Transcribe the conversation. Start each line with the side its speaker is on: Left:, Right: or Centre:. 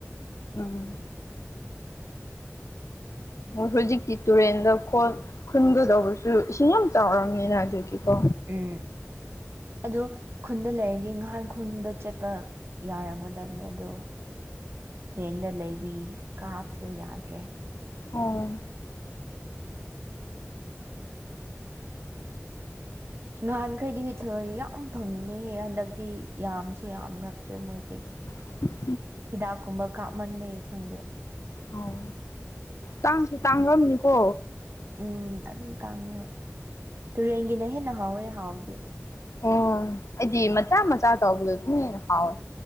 Left: ꯎꯝ ꯍꯧꯖꯤꯛꯇꯤ ꯇꯨꯔꯦꯟꯗꯠ ꯈꯨꯟꯒꯗꯧꯕꯁꯨ ꯏꯁꯤꯡ ꯌꯥꯝ ꯆꯥꯎꯔꯕꯝꯅꯤꯅ ꯑꯗꯨꯒꯤꯀꯣ
Right: ꯎꯝ ꯑꯗꯣ ꯈꯨꯟꯗ ꯂꯩꯔꯗꯤ ꯉꯍꯥꯟ ꯈꯨꯟꯕ ꯆꯠꯄ ꯌꯥꯔꯝꯃꯨꯗꯕꯅꯦ ꯑꯗꯣ ꯍꯦꯟꯗ ꯂꯩꯕꯤ ꯀꯥꯞꯁꯨ ꯌꯥꯗ꯭ꯔꯦ
Left: ꯑꯣ
Right: ꯅꯍꯥꯟꯈꯩꯗꯤ ꯊꯔꯣꯏ ꯌꯥꯝ ꯐꯪꯉꯨꯅꯦꯍꯦ ꯍꯟꯗꯛꯇꯤ ꯌꯥꯝꯁꯨ ꯌꯥꯝꯔꯛꯇ꯭ꯔꯦ ꯃꯣꯏꯈꯩ
Left: <inaudible>
Right: ꯍꯤꯗꯥꯛ ꯀꯨꯝꯕ ꯀꯥꯞꯃꯟꯕꯩ ꯈꯪꯗꯦ
Left: ꯑꯣ ꯇꯥꯡꯁꯨ ꯇꯥꯡꯂꯝꯅꯤꯀꯣ
Right: ꯎꯝ ꯑꯗꯨꯝ ꯇꯥꯡꯉꯦ ꯍ ꯇꯨꯔꯦꯟꯒꯤꯅ ꯍꯦꯟꯅ ꯍꯥꯎꯋꯦ ꯍꯥꯎꯕꯗꯤ
Left: ꯑꯣ ꯑꯩꯗꯤ ꯃꯆꯥ ꯃꯆꯥ ꯇꯧꯕꯗꯣ ꯑꯗꯨꯝ ꯍꯦꯟꯅ ꯍꯥꯎꯋꯦ